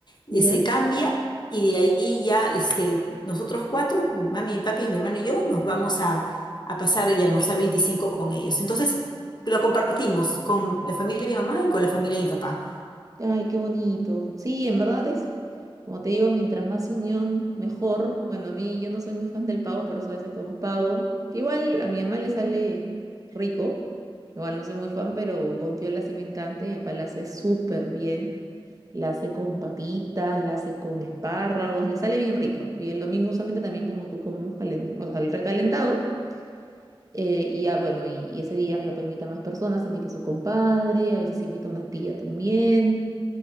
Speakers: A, on the left (about 50°); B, on the right (about 35°).
A: eh,
B: ¿Ya?
A: se cambia. Y de ahí ya este, nosotros cuatro, mi mami, mi papi, mi hermano y yo, nos vamos a a pasar y almorzar 25 con ellos. Entonces lo compartimos con la familia de mi mamá y con la familia de mi papá.
B: Ay, qué bonito. Sí, en verdad es, como te digo, mientras más unión, mejor. Bueno, a mí yo no soy muy fan del pavo, por eso a veces comemos pavo. Que igual a mi mamá le sale rico. Igual no soy muy fan, pero bondiola sí me encanta y mi papá la hace súper bien. La hace con papitas, la hace con espárragos, le sale bien rico. Y el domingo usualmente también como tú comemos calen- o sea, el recalentado. Eh, y ya, bueno, y, y ese día mi papá invita a más personas, invita a su compadre, a veces invita a una tía también,